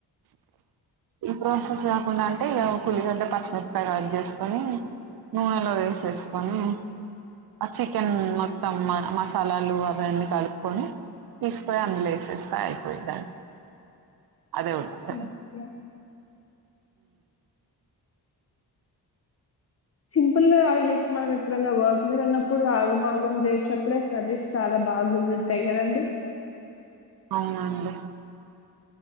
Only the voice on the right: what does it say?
ఈ ప్రాసెస్ కాకుండా అంటే ఇక కూలిగడ్డ పచ్చిమిరపకాయ కట్ చేసుకొని నూనెలో వేసేసుకొని ఆ చికెన్ మొత్తం మసాలాలు అవన్నీ కలుపుకొని తీసుకయి అందులో వేసేస్తా అయిపోయిద్దండి అదే ఉడుకుతేలే
అవునడి